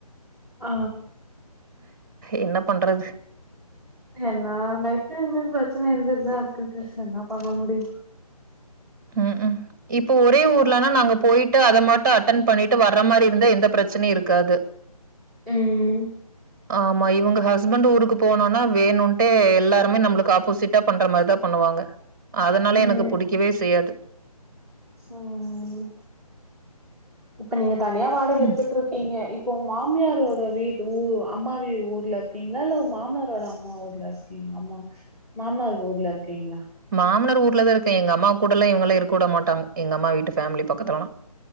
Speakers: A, in the centre; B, on the right.
A: ஆ
B: என்ன பண்றது
A: எல்லா லைஃப்லயு இது மாரி ப்ரச்சன இருந்துட்டுதா இருக்குது ச என்னா பண்ண முடியு.
B: ம் ம் இப்ப ஒரே ஊர்லனா நாங்க போயிட்டு அத மாட்டு அட்டன் பண்ணிட்டு வர்ற மாரி இருந்தா எந்த பிரச்சனையு இருக்காது
A: ம்
B: ஆமா இவங்க ஹஸ்பண்ட் ஊருக்கு போனோனா வேணுன்டே எல்லாருமே நம்மளுக்கு ஆப்போசிட்டா பண்ற மாரிதா பண்ணுவாங்க அதனால
A: ம்
B: எனக்கு புடிக்கவே செய்யாது.
A: ம் இப்ப நீங்க தனியா வாடகை எடுத்துட்டு
B: ம்.
A: இருக்கீங்க இப் இப்ப உங்க மாமியாரோட வீட்டு ஊ அம்மா ஊர்ல இருக்கீங்களா இல்ல உங்க மாமியாரோட அம்மா ஊர்ல இருக்கீங் ஆமா மாமனர்ங்க ஊர்ல இருக்கீங்ளா
B: மாமனார் ஊர்லதா இருக்கே எங்க அம்மா கூடலா இவங்கல்லா இருக்க வுட மாட்டாங்க எங்க அம்மா வீட்டு ஃபேமிலி பக்கத்துலலா